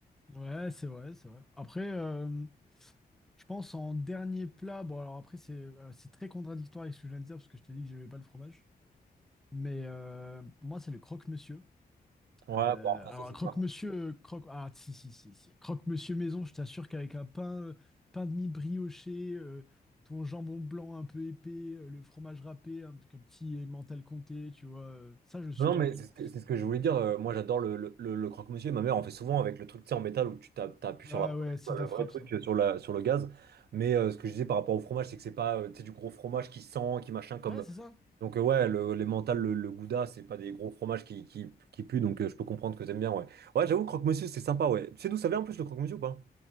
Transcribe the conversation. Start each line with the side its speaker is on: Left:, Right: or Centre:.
Centre: Ouais, c'est vrai, c'est vrai. Après euh, je pense en dernier plat, bon alors après c'est euh, c'est très contradictoire avec ce que je viens de dire parce que je t'ai dit que j'aimais pas le fromage, mais euh, pour moi c'est le croque-monsieur.
Right: Ouais,
Centre: Euh,
Right: bon, après,
Centre: alors,
Right: ça c'est
Centre: croque-monsieur,
Right: pas.
Centre: croque, ah, si, si, si, si. Croque-monsieur maison, je t'assure qu'avec un pain, pain de mie brioché, euh, ton jambon blanc un peu épais, euh, le fromage râpé, un, un petit emmental comté, tu vois, euh, ça je supporte,
Right: Non, mais
Centre: tu
Right: c'est
Centre: vois.
Right: ce que, c'est ce que je voulais dire. Euh, moi, j'adore le, le, le- le croque-monsieur. Ma mère en fait souvent avec le truc, tu sais, en métal où tu tapes, t'appuies sur
Centre: Ah
Right: la,
Centre: ouais, c'est de
Right: le
Centre: la
Right: vrai
Centre: frappe,
Right: truc
Centre: ça.
Right: euh, sur la, sur le gaz. Mais euh, ce que je disais par rapport au fromage, c'est que c'est pas euh, tu sais, du gros fromage qui sent, qui machin comme.
Centre: Ouais, c'est ça?
Right: Donc, euh, ouais, le, les mentales, le, le gouda, c'est pas des gros fromages qui, qui, qui puent. Donc, euh, je peux comprendre que t'aimes bien, ouais. Ouais, j'avoue, croque-monsieur, c'est sympa, ouais. Tu sais d'où ça vient en plus le croque-monsieur ou pas?